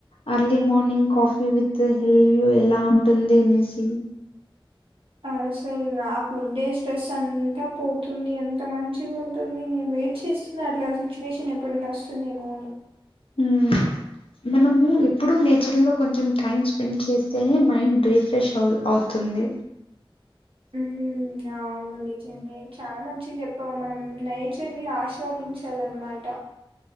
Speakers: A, on the left; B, on the right.
A: early morning coffee with hill view ఎలా ఉంటుంది అనేసి
B: అసలు నాకు ఉండే స్ట్రెస్ అంతా పోతుంది ఎంత మంచిగా ఉంటుంది నేను వెయిట్ చేస్తూ న్న అట్ల సిచ్యువేషన్ ఎప్పుడనా వస్తుందేమో అని
A: హ్మ్. మనము ఎప్పుడు నేచర్లో కొంచెం టైం స్పెండ్ చేస్తేనే మైండ్ రీఫ్రెష్ అవు అవుతుంది
B: ఉమ్ అవును నిజమే చాలా మంచిగ చెప్పావ్ మనం నేచర్ని ఆస్వాదించాలన్నమాట